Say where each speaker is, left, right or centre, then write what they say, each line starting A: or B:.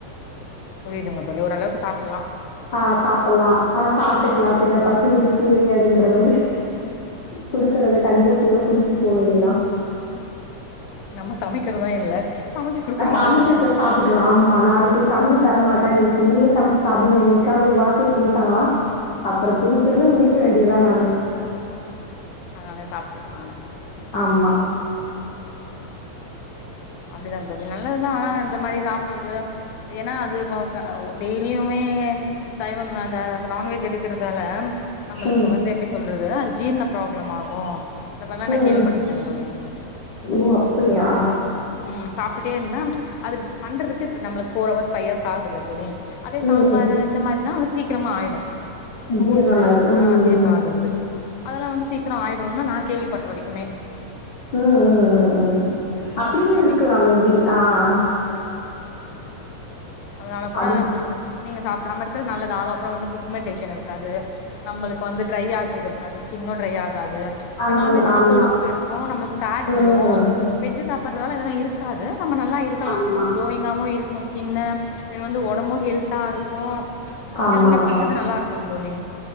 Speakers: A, on the left; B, on the left.
A: புரிதுங்க தோழி ஓரளவுக்கு சாப்புலா
B: ஆஹ் சாப்புலா ஆஹ் சாட்டுகலா பின்ன பசி ருசி அறியாது ன்ற மாரி குடுக்கறத கஞ்ஜோ கூழோ குடிச்சிட்டு போ வேண்டி தான்
A: நம்ம சமைக்கிறதா இல்ல சமைச்சு குடுக்குறவங்கதா
B: நான் சமச்சுவச்சா
A: சாப்புட்லா
B: சாப்புட்றான் ஆம்மா நாளைக்கி தம்பி தர மாட் கா நீ இப்படியே சமச்சு சாப்டு எனிகாது ஒரு வார்த்த சொல்டாங்களா அப்ற திருதிருனு முளிக் இருக்க வேண்டிதா நானு
A: அதனால சாப்டுக்கலாம்
B: ஆமா
A: அப்டிதான் தோழி நல்லதுதான் ஆனா இந்த மாரி சாப்டுறது ஏன்னா அது இப்ப டெய்லியுமே சைவம் அந்த நான்வெஜ் எடுக்கிறதுனால நம்மளுக்கு
B: ம்.
A: வந்து எப்டி சொல்றது ஜீர்னம் ப்ராப்ளம் ஆகும் அந்த மாரி
B: ம்,
A: நான் கேள்விபட்டுருக்கேன்
B: ம்.
A: தோழி
B: ஓ! அப்படியா?
A: உம் சாப் அப்டியே இருந்தா அது பண்றக்கு நம்மளுக்கு போர்ஹவர்ஸ் ஃபைவ்ஹர்ஸ் ஆகுது இல்ல தோழி அதே
B: ம்,
A: சாம்பாரூ
B: ம்.
A: இந்த மாதிரினா சீக்ரமா ஆயிடும் ஃப்ரூட்ஸ்சு
B: ஜீரணம் ஆயிடும். ம்,
A: அஜீரணம்
B: ம்.
A: ஆகுறதுக்கு அதெல்லாம் வந்து சீக்கிரேம் ஆயிடும் தான் நான் கேள்விப்பட்ட வரைக்குமே
B: ம் உஹம் உஹம் உஹம் அப்டியும்
A: மேபி
B: இருக்கலாம் மேபி ஆஹ
A: இச்.... அதனால கூட
B: அது
A: நீங்க சாப் நாம இருக்கறது நல்லது அது அப்புறம் வந்து பிக்மென்டேஷன் இருக்காது நம்மளுக்கு வந்து ட்ரை ஆ அதற்காக ஸ்கின் ஒன்னும் ட்ரை ஆகாது
B: அந்த
A: ஏன்னா நான்
B: மா
A: வெஜ்ன்னா
B: ஆமா.
A: கொழுப்பு இருக்கும் நம்மளுக்கு ஃபேட்
B: ம்.
A: விழும் வெஜ் சாப்பிடறதால அதெல்லாம் இருக்காது நம்ம நல்லா இருக்கலாம்
B: ஆமா.
A: க்ளோயிங் ஆவும் இருக்கும் ஸ்கின் வந்து உடம்பும் ஹெல்தா இருக்கும்
B: ஆமாமா.
A: எல்லாமே பண்றது
B: ஆமா.
A: நல்லா இருக்குகோம் தோழி